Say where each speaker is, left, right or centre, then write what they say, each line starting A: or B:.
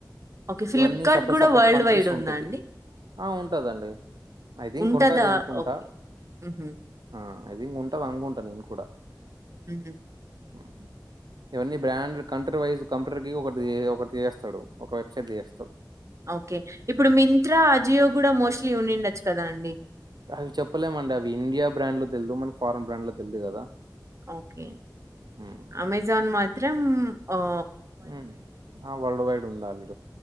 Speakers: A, on the right (about 45°); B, on the right (about 70°).
A: ఓకే. ఫ్లిప్‌కార్ట్
B: ఇవన్నీ సపరేట్
A: గూడా
B: సపరేట్
A: వరల్డ్
B: కాంట్రీస్
A: వైడ్
B: ఉంటది.
A: ఉందా అండి?
B: ఆ ఉంటదండి ఐ థింక్
A: ఉంటదా?
B: ఉంటది అనుకుంటా!
A: ఓకే. హుహు.
B: ఆ ఐ థింక్ ఉంటది అనుకుంటా నేను కూడా!
A: హ్మ్ హు
B: మ్ ఇవన్నీ బ్రాండ్ కంట్రీ వైజ్ కంప్యూటర్ కి ఒకటి ఒక తీయేస్తడు ఒక వెబ్సైట్ తీయేస్తడు.
A: ఓకే ఇప్పుడు మింత్రా అజియో కూడా మోస్ట్లీ ఉనిండొచ్చు కదా అండి!
B: అవి చెప్పలేమండి అవి ఇండియా బ్రాండ్ లో తెల్దు మనకి ఫారన్ బ్రాండ్ లో తెల్దు కదా.
A: ఓకే
B: హ్మ్
A: అమెజాన్ మాత్రం ఆఁ
B: మ్ ఆ వరల్డ్ వైడ్ ఉండాలి